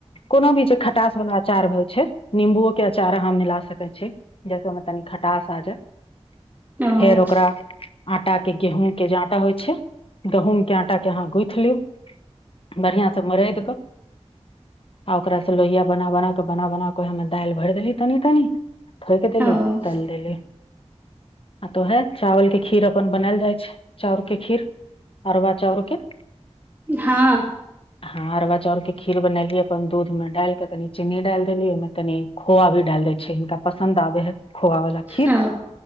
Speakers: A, on the left; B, on the right.
A: कोनो भी जे खट्टास वला अचार होइ छै नींबुओ के अचार अहाँ मिला सकै छी जैसे ओहि मे तनि खट्टास आ जाय
B: ओ
A: फेर ओकरा अंटा के गेहूं के जे अंटा होइ छै गेहूंम के अंटा के अहाँ गूथ लूँ बढ़ियाँ सँ मरैदक आओकर सँ लौया बना बना क बना बना क ओहि मे दालि भरि देली तनि ठोक देली
B: ओ ओ
A: तएल देली आ त ओहे चावल के खीर अपन बनाएल जाइ छै चाउर के खीर अरबा चाउर के
B: हाँ
A: हाँ अरबा चाउर के खीर बनएली अपन दूध मे डाली के तनी चिनी डाएल देली ओइमे तनी खोआ भी डालि दैय छियै हिनका पसन्द आबै हइ ख़ौआ वला खीर
B: ओ